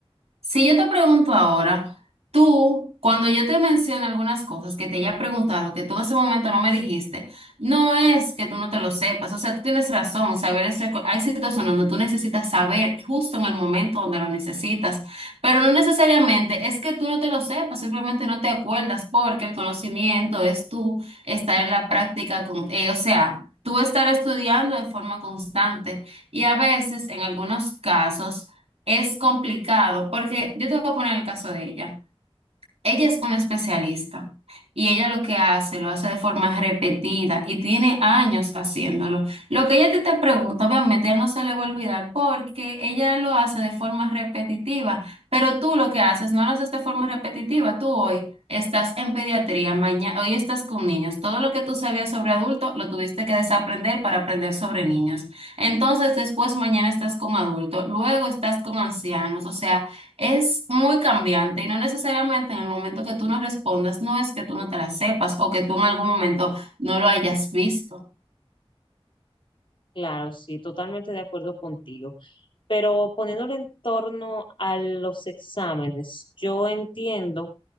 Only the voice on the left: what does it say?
Claro, sí, totalmente de acuerdo contigo. Pero poniéndolo en torno a los exámenes, yo entiendo